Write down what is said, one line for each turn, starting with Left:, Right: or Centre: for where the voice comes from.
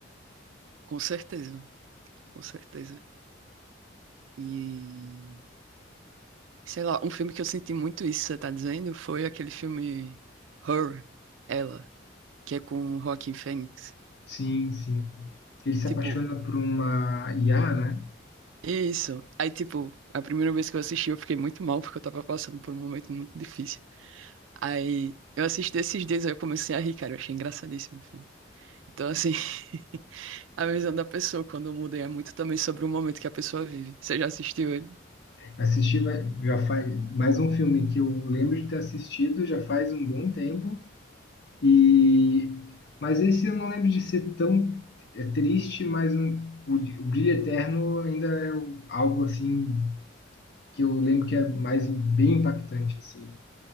Right: com certeza, com certeza. E sei lá, um filme que eu senti muito isso, que você tá dizendo, foi aquele filme Her, Ela, que é com o Joaquin Phoenix.
Left: Sim, sim. Ele se
Right: Tipo,
Left: apaixona por uma IA, né?
Right: isso. Aí, tipo, a primeira vez que eu assisti, eu fiquei muito mal porque eu tava passando por um momento muito difícil. Aí eu assisti esses dias, aí eu comecei a rir, cara, eu achei engraçadíssimo o filme. Então, assim, <laughs> a visão da pessoa quando muda é muito também sobre o momento que a pessoa vive. Você já assistiu ele?
Left: Assisti vai- já faz mais um filme que eu lembro de ter assistido já faz um bom tempo E, mas esse eu não lembro de ser tão é, triste, mas um- o, de- o Brilho Eterno ainda é o- algo assim que eu lembro que é mais bem impactante assim.